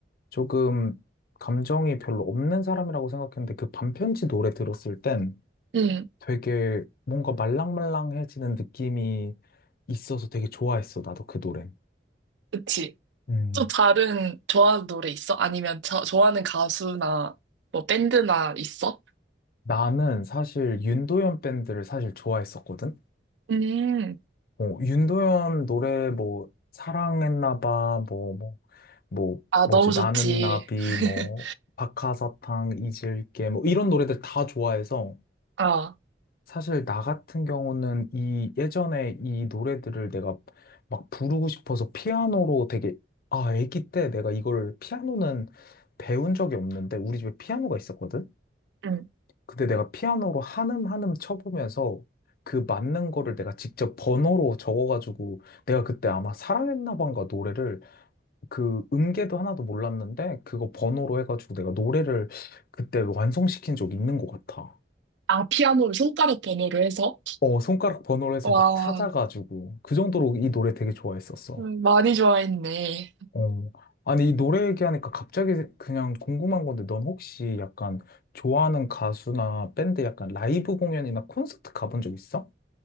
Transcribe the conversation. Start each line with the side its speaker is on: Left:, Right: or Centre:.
Left: 조금 감정이 별로 없는 사람이라고 생각했는데 그 반편지 노래 들었을 땐
Right: 응,
Left: 되게 뭔가 말랑말랑해지는 느낌이 있어서 되게 좋아했어. 나도 그 노래.
Right: 그치.
Left: 음.
Right: 또 다른 좋아하는 노래 있어? 아니면 저, 좋아하는 가수나 뭐 밴드나 있어?
Left: 나는 사실 윤도현 밴드를 사실 좋아했었거든.
Right: 음,
Left: 뭐, 윤도현 노래 뭐, 사랑했나 봐, 뭐, 뭐, 뭐,
Right: 아,
Left: 뭐지,
Right: 너무 좋지.
Left: 나는 나비,
Right: <laughs>
Left: 뭐, 박하사탕, 잊을게, 뭐, 이런 노래들 다 좋아해서,
Right: 아,
Left: 사실 나 같은 경우는 이, 예전에 이 노래들을 내가 막 부르고 싶어서 피아노로 되게, 아, 애기 때 내가 이걸 피아노는 배운 적이 없는데, 우리 집에 피아노가 있었거든?
Right: 응.
Left: 근데 내가 피아노로 한음 한음 쳐보면서 그 맞는 거를 내가 직접 번호로 적어가지고 내가 그때 아마 사랑했나 봐인가 노래를 그 음계도 하나도 몰랐는데 그거 번호로 해가지고 내가 노래를 그때 완성시킨 적이 있는 것 같아.
Right: 아, 피아노를 손가락 번호로 해서?
Left: 어, 손가락 번호로 해서
Right: 와,
Left: 막 찾아가지고 그 정도로 이 노래 되게 좋아했었어.
Right: 음, 많이 좋아했네.
Left: 어. 아니, 이 노래 얘기하니까 갑자기 그냥 궁금한 건데 넌 혹시 약간 좋아하는 가수나 밴드 약간 라이브 공연이나 콘서트 가본 적 있어?